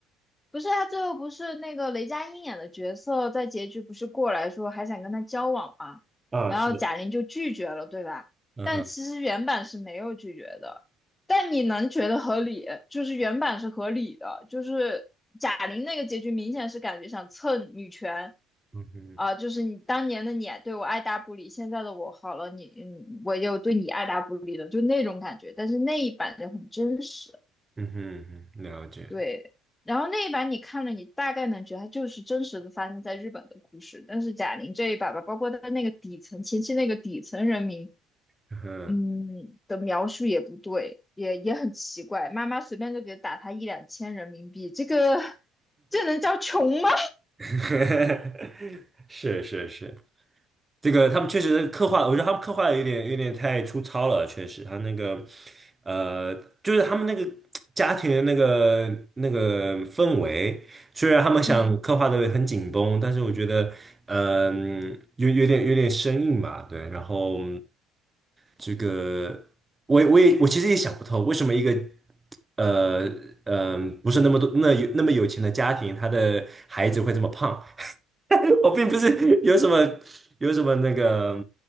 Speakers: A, on the left; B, on the right.
A: 不是他最后不是那个雷佳音演的角色，在结局不是过来说还想跟他交往吗？
B: 啊，
A: 然后贾玲就拒绝了，
B: 是，
A: 对吧？
B: 嗯哼，
A: 但其实原版是没有拒绝的，但你能觉得合理，就是原版是合理的，就是贾玲那个结局明显是感觉想蹭女权，
B: 嗯哼，
A: 啊、就是你当年的你对我爱答不理，现在的我好了，你你我又对你爱答不理的，就那种感觉。但是那一版就很真实。
B: 嗯哼，嗯哼了解，
A: 对，然后那一版你看了，你大概能觉得它就是真实的发生在日本的故事，但是贾玲这一版吧，包括她那个底层前期那个底层人民，
B: 嗯哼，
A: 嗯的描述也不对，也也很奇怪，妈妈随便就给打他一两千人民币，这个这能叫穷吗？
B: <laughs> 是是是，这个他们确实刻画，我觉得他们刻画的有点有点太粗糙了，确实，他那个呃，就是他们那个家庭的那个那个氛围，虽然他们想刻画的很紧绷，
A: <laughs> 嗯，
B: 但是我觉得嗯、有有点有点生硬嘛，对，然后这个我也我也我其实也想不透，为什么一个呃嗯、呃不是那么多那有那么有钱的家庭，他的孩子会这么胖。<laughs> 我并不是有什么有什么那个